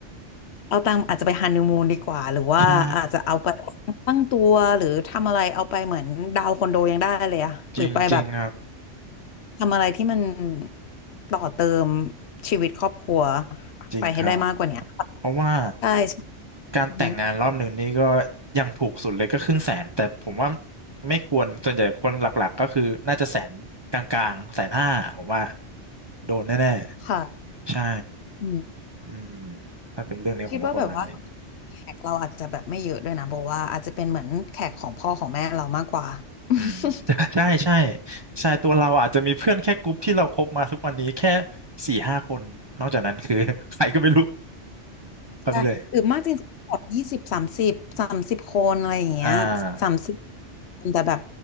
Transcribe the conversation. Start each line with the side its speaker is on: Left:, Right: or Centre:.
Left: เอาตังค์อาจจะไปฮันนีมูนดีกว่า หรือว่าอาจจะเอาไป
Right: ใช่
Left: ตั้งตัวหรือทำอะไรเอาไปเหมือนดาวน์คอนโดยังได้เลยอะหรือไปแบบ
Right: จริงจริงครับ
Left: ทำอะไรที่มันต่อเติมชีวิตครอบครัว
Right: จริงครับ
Left: ไปให้ได้มากกว่าเนี้ย
Right: เพราะว่า
Left: ใช่ใช่
Right: การแต่งงานรอบหนึ่งนี่ก็
Left: อือฮึ
Right: ยังถูกสุดเลยก็ครึ่งแสนแต่ผมว่าไม่ควรส่วนใหญ่คนหลักๆก็คือน่าจะแสนกลางๆแสนห้าผมว่าโดนแน่
Left: ค่ะ
Right: ๆใช่
Left: อืม
Right: อืมถ้าเป็นเรื่องนี้ผมว่าประมาณนี้
Left: คิดว่าแบบว่าแขกเราอาจจะแบบไม่เยอะด้วยนะบอกว่าอาจจะเป็นเหมือนแขกของพ่อของแม่เรามากกว่า <laughs>
Right: อืม <laughs> ใช่ใช่ใช่ตัวเราอาจจะมีเพื่อนแค่กลุ่มที่เราคบมาทุกวันนี้แค่สี่ห้าคนนอกจากนั้นคือ <laughs> ใครก็ไม่รู้คราวนี้เลย
Left: ใช่หรือมากจริงๆแบบยี่สิบสามสิบสามสิบคนอะไรอย่างเงี้ยสามสิบ
Right: อ่า
Left: แต่แบบ